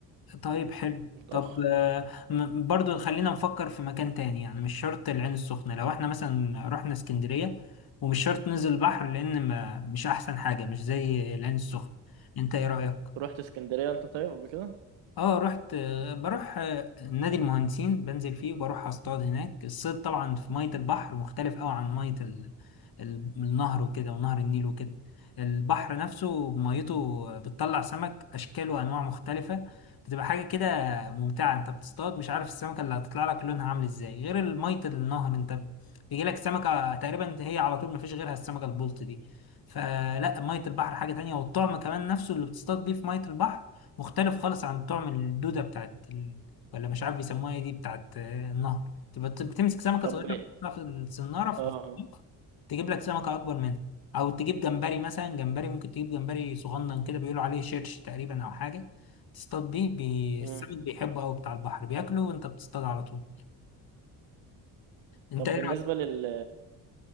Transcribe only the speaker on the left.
طيب حلو
طب آه، م- برضو خلينا نفكر في مكان تاني يعني مش شرط العين السخنة لو احنا مثلا رحنا اسكندرية ومش شرط ننزل البحر لأن ما مش أحسن حاجة مش زي العين السخنة أنت إيه رأيك؟
اه رحت آه، بروح آه، نادي المهندسين بنزل فيه وبروح اصطاد هناك الصيد طبعا في مية البحر مختلف قوي عن مية ال... ال... النهر وكده ونهر النيل وكده البحر نفسه ميته بتطلع سمك اشكال وانواع مختلفة بتبقى حاجة كده ممتعة انت بتصطاد مش عارف السمكة اللي هتطلع لك لونها عامل ازاي غير مية النهر انت بيجيلك سمكة تقريبا هي على طول مفيش غيرها السمكة البلطي دي فلا مية البحر حاجة تانية والطعم كمان نفسه اللي بتصطاد بيه في مية البحر مختلف خالص عن طعم الدودة بتاعت ال... ولا مش عارف يسموها ايه دي بتاعت آه، النهر تبقى بت- بتمسك سمكة
صغيرة تحطها في الصنارة في
الخلاط تجيب لك سمكة أكبر منها أو تجيب جمبري مثلا جمبري ممكن تجيب جمبري صغنن كده بيقولوا عليه شيرش تقريبا أو حاجة تصطاد بيه بي...
السمك بيحبه أوي بتاع البحر بياكله وأنت بتصطاد على طول أنت
إيه
رأيك؟